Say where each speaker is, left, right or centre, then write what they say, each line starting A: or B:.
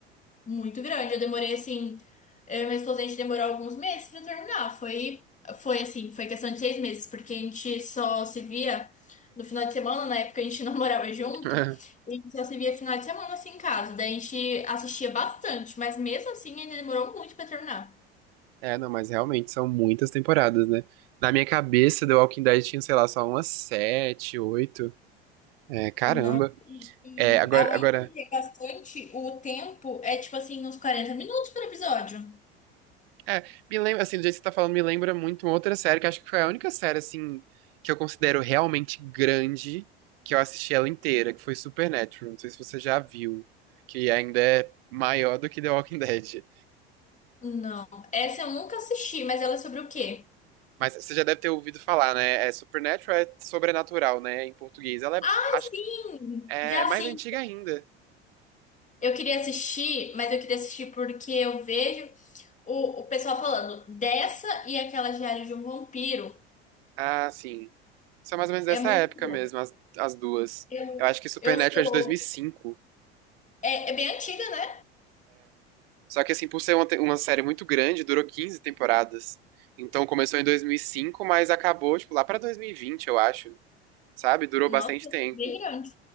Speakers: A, on the left; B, on the right.
A: muito grande. Eu demorei assim, eu e minha esposa, a gente demorou alguns meses pra terminar. Foi, foi assim, foi questão de seis meses, porque a gente só se via no final de semana, na época a gente não <laughs> morava junto,
B: <laughs>
A: e a gente só se via final de semana assim em casa. Daí a gente assistia bastante, mas mesmo assim ainda demorou muito pra terminar.
B: É, não, mas realmente são muitas temporadas, né? Na minha cabeça, The Walking Dead tinha, sei lá, só umas sete, oito. É, caramba.
A: Não. E,
B: É, agora,
A: e além
B: agora
A: de ter bastante, o tempo é tipo assim, uns quarenta minutos por episódio.
B: É, me lembra, assim, do jeito que você tá falando, me lembra muito uma outra série, que acho que foi a única série, assim, que eu considero realmente grande, que eu assisti ela inteira, que foi Supernatural. Não sei se você já viu, que ainda é maior do que The Walking Dead.
A: Não, essa eu nunca assisti, mas ela é sobre o quê?
B: Mas você já deve ter ouvido falar, né? É, Supernatural é sobrenatural, né? Em português. Ela é,
A: Ah,
B: acho
A: sim!
B: que é
A: Já
B: é mais
A: sim.
B: antiga ainda.
A: Eu queria assistir, mas eu queria assistir porque eu vejo o, o pessoal falando dessa e aquela Diário de um Vampiro.
B: Ah, sim. São mais ou menos dessa
A: É muito
B: época
A: bom.
B: mesmo, as, as duas.
A: Eu,
B: Eu acho que Supernatural
A: eu sou.
B: é de 2005.
A: É, é bem antiga, né?
B: Só que, assim, por ser uma, te- uma série muito grande, durou 15 temporadas. Então, começou em 2005, mas acabou, tipo, lá pra 2020, eu acho. Sabe? Durou
A: Nossa,
B: bastante tempo.
A: bem grande.